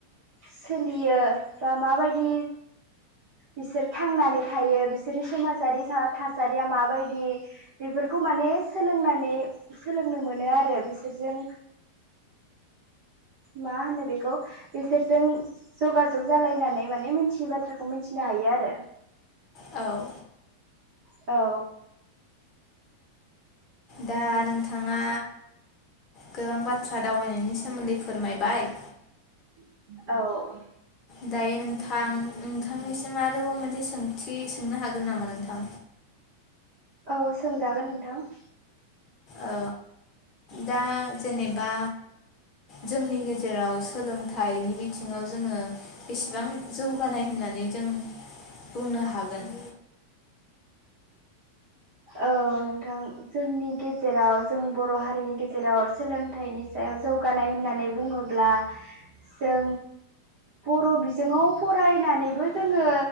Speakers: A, on the right; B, on the left.
A: सोलियो बा माबायदि बिसोर थांनानै थायो बिसोरनि समाजारि था थासारिया माबायदि बेफोरखौ माने सोलोंनानै सोलोंनो मोनो आरो बिसोरजों मा होनो बेखौ बिसोरजों जगाजग जालायनानै माने मिथियै बाथ्राखौ मोन हायो आरो
B: औ
A: औ
B: दा
A: नोंथां
B: नोंथाङा गोबां बाथ्रा दावबायनायनि सोमोन्दै फोरमायबाय
A: औ
B: दायो नोंथां नोंथांनिसिम आरोबाव मोनसे सोंथि सोंनो हागोन नामा नोंथां?
A: औ सोंजागोन नोंथां।
B: औ दा जेनेबा जोंनि गेजेराव सोलों थाइनि बिथिङाव जोङो बेसेबां जौगानाय होननानै जों बुंनो हागोन
A: औ नोंथां। जोंनि गेजेराव जों बर' हारिनि गेजेराव सोलोंथाइनि सायाव जौगानाय होननानै बुङो ब्ला जों बर बिजोङाव फरायनानै बो‌ जोङो